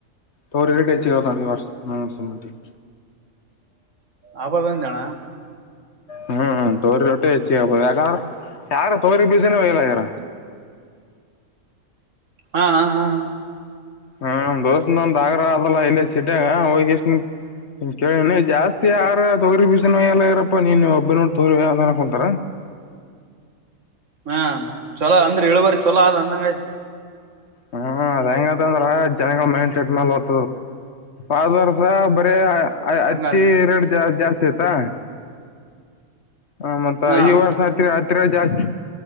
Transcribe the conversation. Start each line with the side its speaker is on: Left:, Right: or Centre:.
Left: ತೋರರು ಕಳಚ ಕತ ಈ ವರ್ಷ ನ ವರ್ಷ
Right: ಆಬದೊಂದ್ ಜಣ
Left: ಹ್ಮ್ ತೋರಿ ರೊಟ್ಟೆ ಹೆಚ್ಚಿ ಆಗ್ಬೋದು ಯಾಕ್ರ ಯಾರ ತೋರಿ ಬೀಜನ ಇಲ್ಲ ಯಾರ
Right: ಹಾ ಹಾ ಹಾಾ
Left: ಹ್ಮ ದೋಸ ಒಂದ ಆಗ್ರಹ ಅದಲ್ಲ ಇಲ್ಲಿ ಸಿಟಾಗ ಹೋಗಿ ಕೇಳೀನಿ ಜಾಸ್ತಿ ಯಾರ ತೊಗ್ರಿ ಬಿಸಿನ ಎಲ್ಲ ಇರಪ್ಪಾ ನೀನ್ ಒಬ್ಬ ನೋಡ್ ತೊರಿ ಅ ಕೊಂಟರ
Right: ಹ್ಮ ಚಲೋ ಅಂದ್ರ ಏಳುವಾರಿ ಚೊಲೊ ಅಂದಂಗ್ ಆಯತು
Left: ಹ್ಮ ಅದ ಹೆಂಗಂತಂದ್ರ ಜನಗಳ ಮೈಂಡ್ ಸೆಟ್ ಮೇಲ್ ಹೊತ ಆದ್ ವೊದ್ ವರ್ಸ ಬರೀ
Right: ಹಂಗ
Left: ಅತಿ ರೇಟ್ ಜ ಜಾಸ್ ಸಿತಾ ಹ ಮತ್
Right: ಹಾ
Left: ಈ ವರ್ಷ ಹತ್ತಿ ಹ ತಿರ್ಗ ಜಾಸ್ತಿ